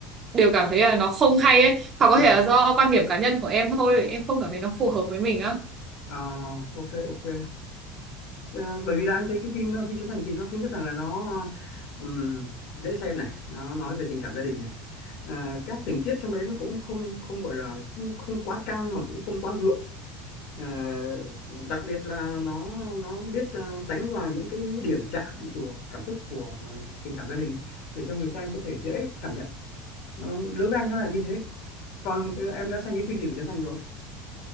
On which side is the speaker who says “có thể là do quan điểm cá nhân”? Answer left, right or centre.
Right